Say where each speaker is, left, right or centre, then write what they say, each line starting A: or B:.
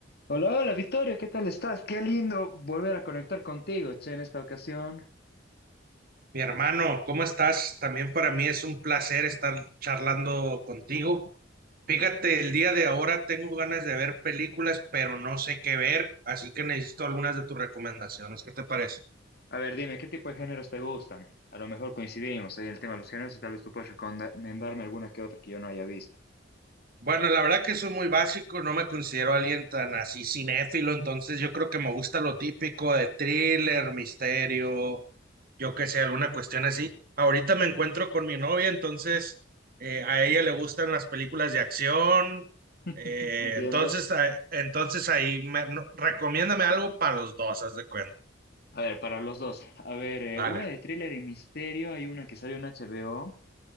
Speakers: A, on the left; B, on the right.
A: Hola, hola Victoria, ¿qué tal estás? Qué lindo volver a conectar contigo, che, en esta ocasión.
B: Mi hermano, ¿cómo estás? También para mí es un placer estar charlando contigo. Fíjate, el día de ahora tengo ganas de ver películas, pero no sé qué ver, así que necesito algunas de tus recomendaciones. ¿Qué te parece?
A: A ver, dime, ¿qué tipo de géneros te gustan? A lo mejor coincidimos ahí en el tema de los géneros y tal vez tú puedes recomendarme alguna que otra que yo no haya visto.
B: Bueno, la verdad que soy muy básico, no me considero alguien tan así cinéfilo, entonces yo creo que me gusta lo típico de thriller, misterio, yo qué sé, alguna cuestión así. Ahorita me encuentro con mi novia, entonces eh, a ella le gustan las películas de acción, eh,
A: <laughs> Entiendo.
B: entonces, a- entonces ahí me, no- recomiéndame algo para los dos, haz de cuenta.
A: A ver, para los dos. A ver, eh,
B: Vale.
A: una de thriller y misterio, hay una que salió en HBO